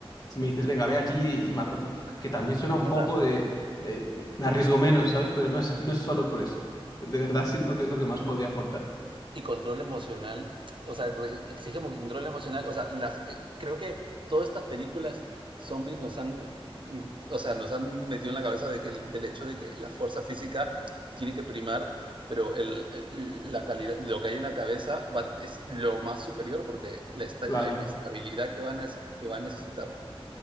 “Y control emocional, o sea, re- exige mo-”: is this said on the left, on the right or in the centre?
Right